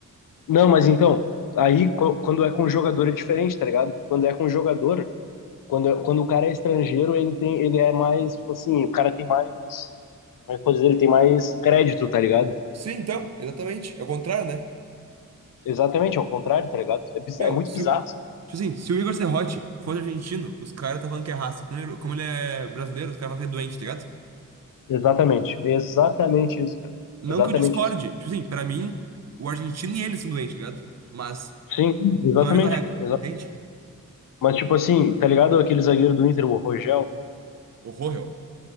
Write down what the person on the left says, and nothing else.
Não, mas então, aí co- quando é com um jogador é diferente, tá ligado? Quando é com um jogador, quando, é- quando o cara é estrangeiro, ele tem, ele é mais, tipo assim, o cara tem mais. Como é que eu posso dizer? Ele tem mais crédito, tá ligado?
Exatamente, ao contrário, tá ligado? É, bizar-
é muito
bizarro.
Exatamente, é exatamente isso, cara.
Exatamente
isso.
Sim, exatamente.
exa-
Mas, tipo assim, tá ligado aquele zagueiro do Inter, o Rogel?